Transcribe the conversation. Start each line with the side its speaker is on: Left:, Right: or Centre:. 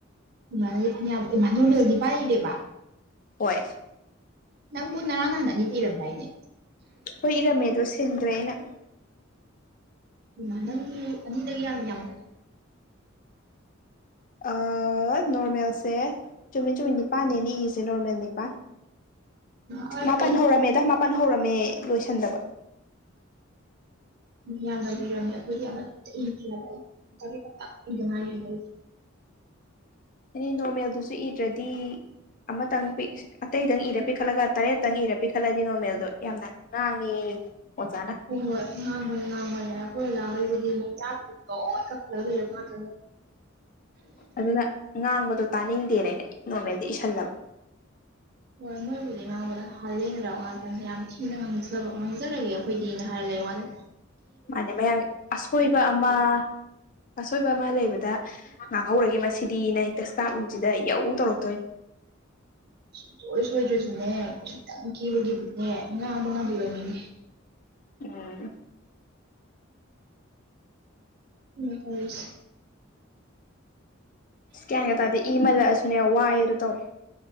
Right: ꯏꯃꯅꯌꯥꯝ ꯏꯃꯥꯟꯅꯕꯣꯔ ꯂꯦꯜꯗꯤ ꯄꯥꯏ ꯂꯩꯔꯦꯕ
Left: ꯍꯣꯏ
Right: ꯅꯪꯕꯨ ꯅꯔꯥꯟ ꯅꯍꯥꯟ ꯑꯅꯤ ꯇꯤꯔꯝꯗꯥꯏꯅꯦ
Left: ꯍꯣꯏ ꯏꯔꯝꯃꯦꯗꯣ ꯁꯤꯟꯗ꯭ꯔꯦ ꯑꯩꯅ
Right: ꯏꯃ ꯅꯪꯒꯤ ꯑꯅꯤꯗꯒꯤ ꯌꯥꯝ ꯌꯥꯝ ꯀ
Left: ꯑ ꯅꯣꯔꯃꯦꯜꯁꯦ ꯆꯨꯝꯃꯤ ꯆꯨꯝꯃꯤ ꯅꯤꯄꯥꯜꯅꯦ ꯑꯩꯅ ꯏꯁꯦ ꯅꯣꯔꯃꯦꯜ ꯅꯤꯄꯥꯥꯟ
Right: ꯍꯣꯏ
Left: ꯃꯥꯄꯜ
Right: ꯑꯩ
Left: ꯍꯧꯔꯝꯃꯦꯗ ꯃꯥꯄꯜ ꯍꯧꯔꯝꯃꯦ ꯂꯣꯏꯁꯟꯗꯕ
Right: ꯌꯥ ꯂꯧꯕꯤꯔꯝꯃꯦ ꯑꯩꯈꯣꯏꯗꯤ ꯑꯃꯠꯇ ꯏꯈꯤ꯭ꯔꯦꯕ ꯑꯩ ꯏꯗꯉꯥꯏꯔꯤꯕꯅꯦ ꯑꯩꯗꯤ
Left: ꯑꯦꯅꯦ ꯅꯣꯔꯃꯦꯜꯗꯨꯁꯨ ꯏꯗ꯭ꯔꯗꯤ ꯑꯃꯇꯪ ꯄ ꯑꯇꯩꯗꯪ ꯏꯔ ꯄꯤꯛꯈꯠꯂꯒ ꯇꯔꯦꯠꯇꯪ ꯏꯔ ꯄꯤꯈꯠꯂꯗꯤ ꯅꯣꯔꯃꯦꯜꯗꯣ ꯌꯥꯝꯅ ꯅꯪꯒꯤ ꯑꯣꯖꯔ
Right: ꯍꯣꯏ ꯍꯣꯏ ꯉꯥꯡꯕꯅꯦ ꯉꯥꯡꯕꯅꯦ ꯑꯩꯈꯣꯏ ꯑꯣꯖꯥ ꯍꯣꯏꯕꯨꯗꯤ ꯃꯩ ꯆꯥꯠꯇꯤ ꯂꯣꯏꯅ ꯀꯛꯈꯠꯂꯒ ꯂꯩꯔꯕ ꯃꯥꯥꯗꯨꯅꯦ <unintelligible>
Left: ꯑꯗꯨꯅ ꯉꯥꯡꯕꯗꯣ ꯇꯥꯅꯤꯡꯗꯦꯅ ꯑꯩꯅ ꯅꯣꯔꯃꯦꯜꯗꯤ ꯏꯁꯁꯤꯜꯂꯕ
Right: ꯍꯣꯏ ꯃꯣꯏꯕꯨꯗꯤ ꯉꯥꯡꯕꯗ ꯍꯥꯂꯦꯟꯗ꯭ꯔ ꯉꯇ ꯌꯥꯝ ꯊꯤꯅ ꯉꯖꯕ ꯉꯥꯡꯖꯔꯒꯦꯣ ꯑꯩꯈꯣꯏꯗꯤꯅ ꯍꯥꯏꯔ ꯂꯩꯉꯜꯗꯦ
Left: ꯃꯥꯅꯦ ꯃꯌꯥꯝꯒꯤ ꯑꯁꯣꯏꯕ ꯑꯃ ꯑꯁꯣꯏꯕ ꯑꯃ ꯂꯩꯕꯗ ꯉꯥꯡꯍꯧꯔꯒꯦ ꯃꯁꯤꯗꯤ ꯅ ꯇꯦꯛꯁꯇꯥꯠ ꯔꯨꯝꯁꯤꯗ ꯌꯧ ꯇꯧꯔꯛꯇꯣꯏ
Right: ꯁꯨꯡꯁꯣꯏ ꯁꯣꯏꯗ꯭ꯔꯁꯤꯅꯦ ꯈꯤꯇꯪ ꯀꯦꯕꯒꯤꯐꯧꯅꯦ ꯉꯥꯡꯕ ꯉꯝꯃꯤꯕ ꯃꯤꯅꯦ
Left: ꯎꯝ
Right: ꯎ ꯇꯧꯔꯣꯏꯁꯤ
Left: ꯏꯁꯀꯦꯟꯒ ꯇꯥꯔꯗꯤ ꯏ ꯃꯥꯜꯂꯛꯑꯁꯨꯅꯦ ꯋꯥꯏꯑꯗꯣ ꯇꯧꯔꯦ